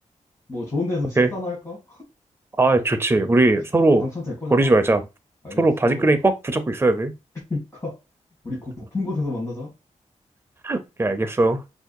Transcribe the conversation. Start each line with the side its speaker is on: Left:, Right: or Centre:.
Left: 뭐 좋은 데서
Right: 오케이?
Left: 식사나 할까?
Right: 아, 좋지. 우리
Left: <laughs>
Right: 서로
Left: 우리 당첨될 거잖아.
Right: 버리지 말자.
Left: 알겠어.
Right: 서로 바지끄레기 꽉 붙잡고 있어야 돼.
Left: <laughs> 그니까, 우리 곧 높은 곳에서 만나자.
Right: 오케이, 알겠어.